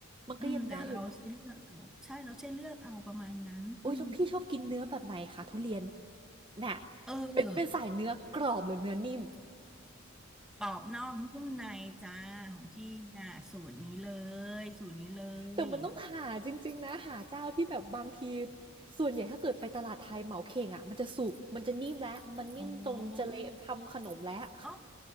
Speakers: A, on the right; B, in the centre.
A: มันก็ยังได้อยู่เนาะ
B: อืมแต่เราใช้เลือกเอาใช่เราใช้เลือกเอาประมาณนั้นอืม
A: โอ้ยแล้วพี่ชอบกินเนื้อแบบไหนคะทุเรียนน่ะ
B: เออ
A: เป็นเป็นสายเนื้อกรอบหรือเนื้อนิ่ม
B: ปอบนอกนุ่มในจ้าของพี่อ่ะสูตรนี้เลยสูตรนี้เลย
A: แต่มันต้องหาจริงๆนะหาเจ้าที่แบบบางทีส่วนใหญ่ถ้าเกิดไปตลาดไทยเหมาเข่งอ่ะมันจะสุกมันจะนิ่มแล้วมันนิ่มจนจะเละทำขนมแล้ว
B: อ๋ออ๋อ